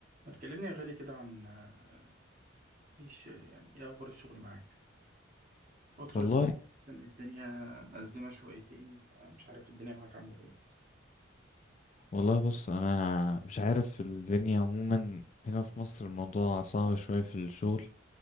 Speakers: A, on the right (about 45°); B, on the left (about 40°).
A: ما تكلمني يا غالي كده عن آه، ايش يعني ايه اخبار الشغل معاك الفترة
B: والله
A: دي حاسس ان الدنيا مأزمة شويتين آه، مش عارف الدنيا معاك عاملة ايه
B: والله بص انا مش عارف الدنيا عموما هنا في مصر الموضوع صعب شوية في الشغل